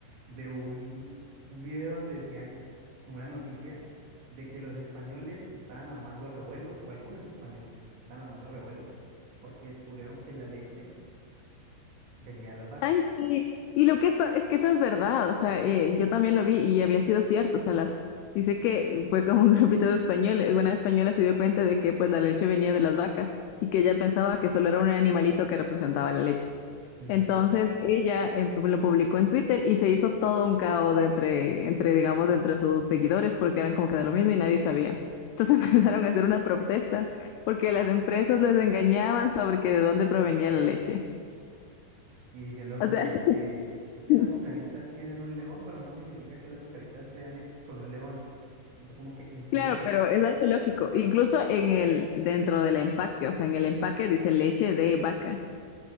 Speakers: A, on the right; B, on the left.
A: de un, un video donde decían, como una noticia, de que los españoles estaban armando revuelo, o algunos españoles estaban armando revuelo, porque descubrieron que la leche venía de las vacas.
B: Ay, sí. Y lo que es, pa- es que eso es verdad, o sea, eh, yo también lo vi y había sido cierto, o sea, las, dice que fue como un <laughs> grupito de españoles, una española se dio cuenta de que pues la leche venía de las vacas y que ella pensaba que solo era un animalito que representaba la leche.
A: Ujú.
B: Entonces ella eh, lo publicó en Twitter y se hizo todo un caos de entre, entre, digamos, de entre sus seguidores porque eran como que de lo mismo y nadie sabía. Entonces <laughs> empezaron a hacer una protesta porque las empresas les engañaban sobre que de dónde provenía la leche.
A: Y diciendo como
B: O sea,
A: que es que es que
B: <laughs>
A: las azucaritas tienen un león, pero no significa que las azucaritas sean hechas con un león. Y yo como que, ¿en serio?
B: Claro, pero es algo lógico. Incluso en el, dentro del empaque, o sea, en el empaque dice leche de vaca.